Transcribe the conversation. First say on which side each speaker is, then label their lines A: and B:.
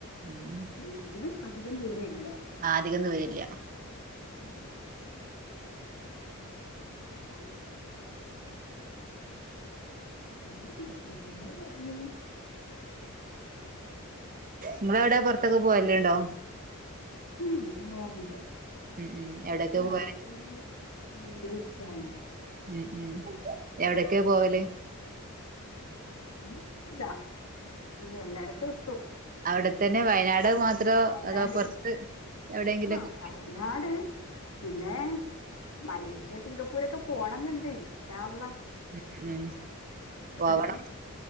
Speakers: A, on the right; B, on the left.
A: ഉം
B: എങ്കിലും അധികം ദൂര രംഇല്ല
A: ആ അധികം ദൂരം ല്യ
B: ഉം ആണ് അന്ന് പറഞ്ഞു <unintelligible>
A: നിങ്ങളവിടെ പുറത്തൊക്കെ പോയല് ഉണ്ടോ
B: ഉം പോവാറുണ്ട്
A: ഉം ഉം എവിടൊക്കെ
B: ഇവിടെ
A: പോവല്
B: യാത്രകള് ഭയങ്കര ഇഷ്ടാണ്
A: ഉ ഉം എവിടക്കെയ പോവല്
B: അല്ല എല്ലായിടത്തും എത്തു
A: അവിടെത്തന്നെ വയനാട് മാത്രോ
B: വയനാട്
A: അതോ പുറത്ത് എവിടെയെങ്കിലും
B: ആഹ്
A: ക്കെ
B: വയനാട് പിന്നെ മലേഷ്യ സിംഗപ്പൂർൊക്കെ പോണംെന്നുണ്ട് ഇൻഷാ അ
A: ഉ ഉം പോവണം
B: അതെ